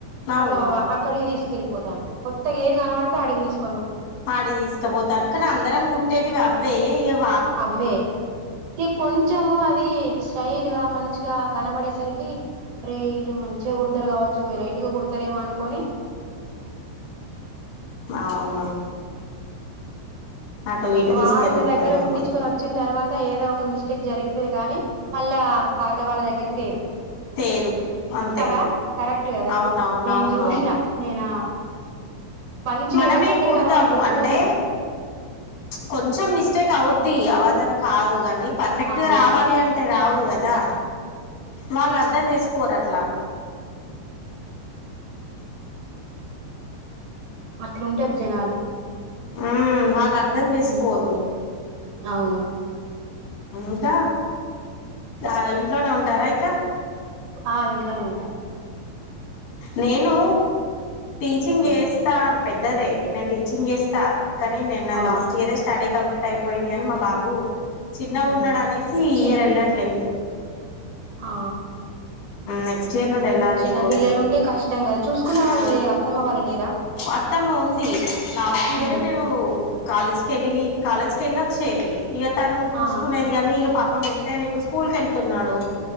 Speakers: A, on the left (about 75°); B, on the right (about 60°).
A: అవును
B: అత అక్కడికి తీసుకెళ్ళిపోతాను కొత్తగా ఏది కనపడితే అడిగి తీకు
A: ఆడి తీసుకుపోతారు కానీ అందరం గుట్టేటివి వేయంం
B: అదే ఇ కొంచంచమ అది స్టైల్ గా మంచిగా కనబడేసరికి అరే ఇల్ మంచిగా కుడతారు కావచ్చు వెరై ఇట్గా కుడతారేమో అనుకొని
A: అవును అటు ఇటు
B: వాళ్ళ
A: తీసుకెళ్తున్నారు
B: దగ్గర
A: ఇప్పుడు
B: ఉట్టించుకొని వచ్చిన తర్వాత ఏదో ఒక మిస్ జరుగుతుంది కాగానీ వాళ్ళ పాత వాళ్ళ దగ్గరికి తీేరు
A: తేరు అంతే
B: కదా కరెక్ట్ కదా
A: అవునవునవునవును
B: ఇది నేను చూసిన నేనా మంచిగా
A: మనమే
B: ఎవరి దగ్గర
A: కుడతాము
B: అనమాడుతుందో
A: అంటే
B: పోతారు
A: కొంచెం మిస్టేక్ అవుద్ది అ అ్వదని కాదు కాగాని పర్ఫెక్ట్
B: అవును
A: గా రావాలి అంటే రావు కదా వాళ్ళు అర్ధం చేసుకోరు అట్లా
B: అట్లుండారు జనాలు
A: ఆ వాళ్ళు
B: ఉమ్
A: అర్ధం చేసుకోరు
B: ఉమ్, అవును
A: ఇకా ఆ ఇంట్లోనే ఉంటారా అయితే
B: ఆ ఇంట్లోనే ఉంటాం
A: నేను టీచింగ్
B: ఉమ్
A: చేస్తా పెద్దదే నేను టీచింగ్ చేస్తా కానీ నేను
B: అవునా
A: లాస్ట్ ఇయర్ స్టార్ట్ కంప్లీట్ అయిపోయింది అని మా బాబు చిన్నగా
B: ఉమ్
A: ఉన్నాడు అనేసి
B: చిన్న
A: ఇయర్ వెళ్ళట్లేదు
B: ఆ
A: నెక్స్ట్ ఇయర్ ఉండి వెళ్ళాలి
B: చిన్న
A: స్కూల్
B: పిల్లలు
A: కి
B: ఉంటే కష్టం కదా చూసుకునే
A: ఆ
B: వాళ్ళు లేరా అత్తమ్మ వాళ్ళు లేరా
A: అత్తమ్మ ఉంది లాస్ట్ ఇయర్
B: ఉమ్
A: నేను కాలేజ్కి వెళ్ళి కాలేజ్కి వెళ్ళ వచ్చేది ఇక తను చూసుకునేది
B: ఆ
A: కానీ ఇక పప్పు పాపం ఎంతయినా ఇప్పుడు స్కూల్ క వెళ్తున్నాడు